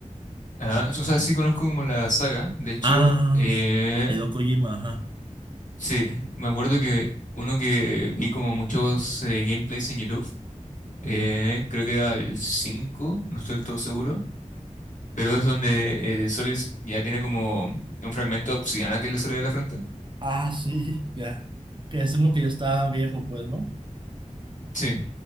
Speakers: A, on the left; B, on the right.
A: Ah, o sea, sí conozco como la saga, de hecho,
B: Ah,
A: eh,
B: Hideo Kojima, ajá.
A: Sí, me acuerdo que uno que vi como muchos eh, gameplays en YouTube, eh,
B: Mm.
A: creo que era el 5, no estoy del todo seguro, pero es donde eh, Solis ya tiene como un fragmento de obsidiana que le sale de la frente.
B: Ah, sí, ya. Que es uno que ya está viejo, pues, ¿no?
A: Sí,